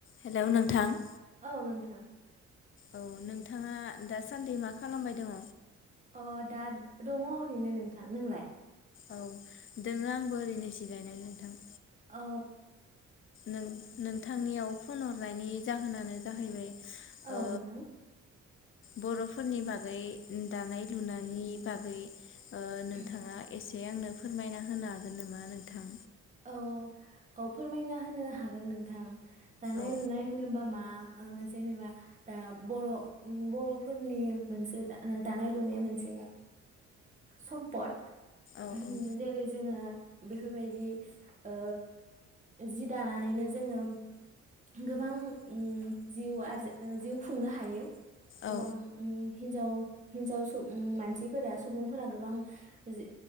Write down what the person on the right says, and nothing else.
औ नोंथां।
अ दा दङ ओरैनो नोंथां, नोंलाय?
औ
औ
नोंथां।
<unintelligible>
औ औ फोरमायना होनो हागोन नोंथां। दानाय
लुनाय होनोबा मा ओ जेनेबा दा बर ओम बरफोरनि मोनसे दानाय लुनाय मोनसे सम्पद।
<unintelligible>
जेरै जोङो बेफोर बायदि ओ जि दानानैनो जोङो गोबां उ जिउ आरजि जिउ खुंनो हायो। गोबां
उ हिन्जाव हिनजाव सुब उम मानसिफोरा सुबुंफोरा गोबां जि